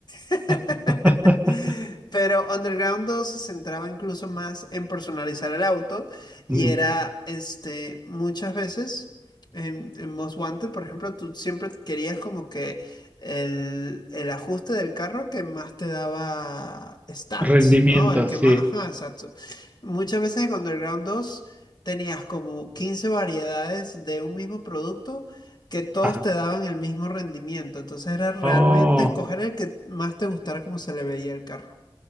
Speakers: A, on the left; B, on the right.
A: <laughs>
B: <laughs>
A: Pero Underground 2 se centraba incluso más en personalizar el auto y
B: Mm,
A: era, este, muchas veces en, en Most Wanted, por ejemplo, tú siempre querías como que el, el ajuste del carro que más te daba stats,
B: Rendimiento,
A: ¿no? El que
B: sí.
A: más, ajá, exacto. Muchas veces en Underground 2 tenías como 15 variedades de un mismo producto que todos
B: Ajá.
A: te daban el mismo rendimiento. Entonces era realmente
B: Oh.
A: escoger el que más te gustara como se le veía el carro.